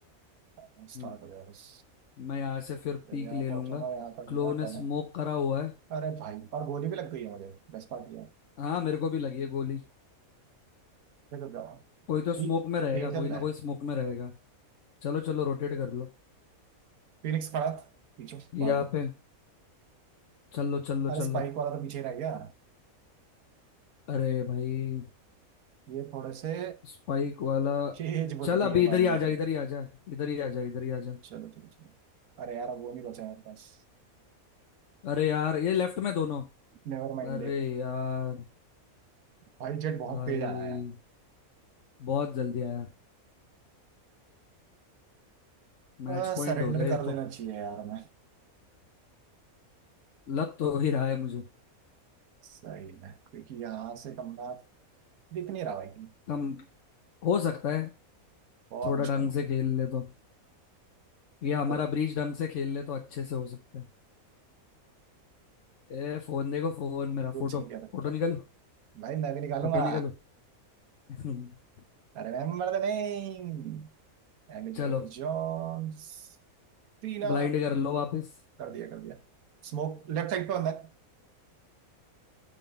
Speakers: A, on the right; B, on the left.
A: है स्टार्ट
B: हम्म
A: हो गया बस
B: मैं यहाँ से फिर
A: जब
B: पीक
A: यहाँ
B: ले
A: पहुंचूंगा
B: लूंगा
A: यहाँ करूंगा
B: क्लो ने
A: डन
B: स्मोक
A: है
B: करा हुआ है
A: अरे भाई और गोली भी लग गई है मुझे बेस्ट पार्ट ये है
B: हाँ मेरे को भी लगी है गोली
A: फिर रुक जाओ
B: कोई तो स्मोक
A: बी
B: में रहेगा
A: ए चल
B: कोई ना
A: रहा
B: कोई
A: है
B: स्मोक में रहेगा चलो चलो रोटेट कर लो
A: फिनिक्स खड़ा था, पीछे
B: यहाँ
A: भाग
B: पे चलो चलो
A: अरे
B: चलो
A: स्पाइक वाला तो पीछे रह गया
B: अरे भाई
A: ये थोड़े से
B: स्पाइक वाला
A: <laughs> तेज बुद्धि
B: चल अभी
A: है
B: इधर
A: भाई
B: ही आ
A: मर
B: जा
A: गया
B: इधर ही आ जा इधर ही आ जा इधर ही आ जा
A: चलो चलो चलो अरे यार अब वो नहीं बचा मेरे पास
B: अरे यार ये लेफ्ट में दोनों
A: नेवर माइंड
B: अरे
A: है
B: यार
A: भाई जेट बहुत
B: भाई
A: तेज आया है
B: बहुत जल्दी आया मैच
A: आ,
B: पॉइंट
A: सरेंडर
B: हो गया ये
A: कर देना
B: तो
A: चाहिए यार हमें
B: लत तो हो ही रहा है मुझे
A: सही है क्योंकि यहाँ से कमरा दिख नहीं रहा भाई कहीं।
B: कम हो सकता है
A: बहुत
B: थोड़ा
A: मुश्किल
B: ढंग
A: है
B: से खेल ले तो ये हमारा
A: और
B: ब्रीच ढंग से खेल ले तो अच्छे से हो सकता है ए फोन देखो फोन मेरा
A: कुछ
B: फोटो
A: नहीं कर सकता
B: फोटो निकालो
A: भाई मैं भी निकालूंगा
B: फोटो निकालो <laughs>
A: Remember the name एलिन
B: चलो
A: जोन्स टीना
B: ब्लाइंड कर लो वापस
A: कर दिया कर दिया स्मोक लेफ्ट साइड पे बंदा